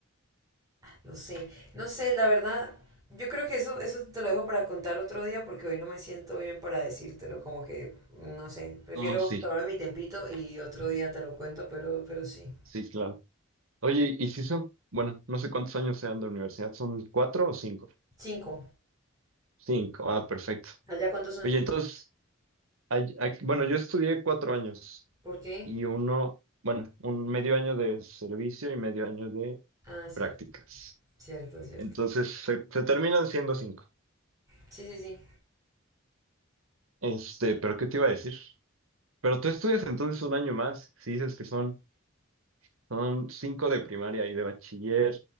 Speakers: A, on the right; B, on the right.
A: no sé, no sé, la verdad, yo creo que eso, eso te lo dejo para contar otro día porque hoy no me siento bien para decírtelo, como que, no sé, prefiero
B: Ah sí,
A: tomarme mi tempito y otro día te lo cuento, pero, pero sí.
B: sí, claro. Oye, ¿y si son, bueno, no sé cuántos años sean de universidad, ¿son cuatro o cinco?
A: Cinco.
B: Cinco, ah, perfecto.
A: ¿Allá cuántos son?
B: Oye, entonces, ay- ay- bueno, yo estudié cuatro años
A: ¿Por qué?
B: y uno, bueno, un medio año de servicio y medio año de
A: Ah, cierto,
B: prácticas.
A: cierto, cierto.
B: Entonces, se, se terminan siendo cinco.
A: Sí, sí, sí.
B: Este, pero ¿qué te iba a decir? Pero tú estudias entonces un año más, si dices que son Son cinco de primaria y de bachiller.